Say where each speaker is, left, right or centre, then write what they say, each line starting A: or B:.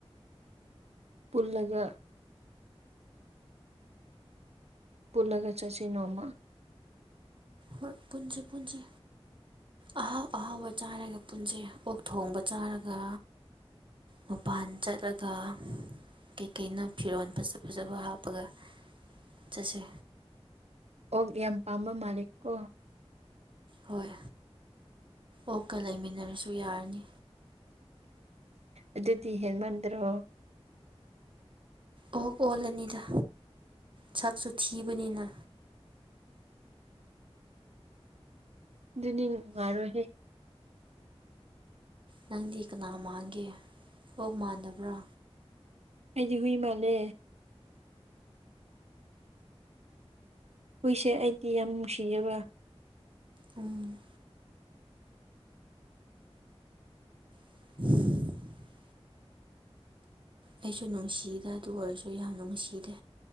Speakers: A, on the right; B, on the right.
A: ꯄꯨꯜꯂꯒ ꯄꯨꯜꯂꯒ ꯆꯠꯁꯤ ꯅꯣꯡꯃ
B: ꯍꯣꯏ ꯄꯨꯟꯁꯤ ꯄꯨꯟꯁꯤ ꯑꯍꯥꯎ ꯑꯍꯥꯎꯕ ꯆꯥꯏꯔꯒ ꯄꯨꯟꯁꯤ ꯑꯣꯛ ꯊꯣꯡꯕ ꯆꯥꯔꯒ ꯃꯄꯥꯟ ꯆꯠꯂꯒ ꯀꯩꯀꯩꯅ ꯐꯤꯔꯣꯜ ꯐꯖ ꯐꯖꯕ ꯍꯥꯞꯄꯒ ꯆꯠꯁꯦ
A: ꯑꯣꯛ ꯌꯥꯝ ꯄꯥꯝꯕ ꯃꯥꯂꯤꯛ ꯀꯣ
B: ꯍꯣꯏ ꯑꯣꯀ ꯂꯩꯃꯤꯟꯅꯔꯁꯨ ꯌꯥꯔꯅꯤ
A: ꯑꯗꯨꯗꯤ ꯍꯦꯟꯃꯟꯗ꯭ꯔꯣ
B: ꯑꯣ ꯑꯣꯂꯅꯤꯗ ꯁꯥꯥꯛꯁꯨ ꯊꯤꯕꯅꯤꯅ
A: ꯑꯗꯨꯅꯤ ꯅꯨꯡꯉꯔꯣꯍꯦ
B: ꯅꯪꯗꯤ ꯀꯅꯥ ꯃꯥꯟꯒꯦ ꯑꯣꯣꯛ ꯃꯥꯟꯅꯕ꯭ꯔꯥ
A: ꯑꯩꯗꯤ ꯍꯨꯏ ꯃꯥꯂꯦ ꯍꯨꯏꯁꯦ ꯑꯩꯗꯤ ꯌꯥꯝ ꯅꯨꯡꯁꯤꯖꯕ꯭
B: ꯎꯝ <inaudible> ꯑꯩꯁꯨ ꯅꯨꯡꯁꯤꯗ ꯑꯗꯨ ꯑꯣꯏꯔꯁꯨ ꯌꯥꯝ ꯅꯨꯡꯁꯤꯗꯦ